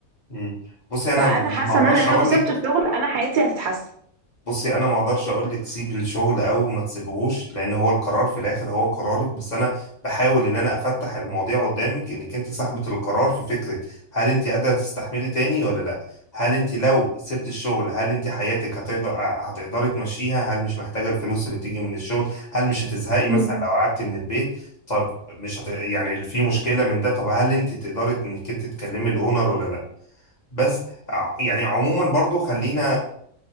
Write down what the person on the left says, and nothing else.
امم بص انا
ما اقدرش
اقول
لك
بصي انا ما اقدرش اقول لك سيبي الشغل او ما تسيبهوش لان هو القرار في الاخر هو قرارك بس انا بحاول ان انا افتح المواضيع قدامك انك انت صاحبة القرار في فكرة هل انت قادرة تستحملي تاني ولا لا هل انت لو سبت الشغل هل انت حياتك هتقدر هتقدري تمشيها هل مش محتاجة الفلوس اللي بتيجي من الشغل هل مش هتزهقي مثلا
لو قعدتي من البيت طب مش هت... يعني في مشكلة من ده طب هل انت تقدري انك انت تكلمي الاونر ولا لا بس ع- يعني عموما برضو خلينا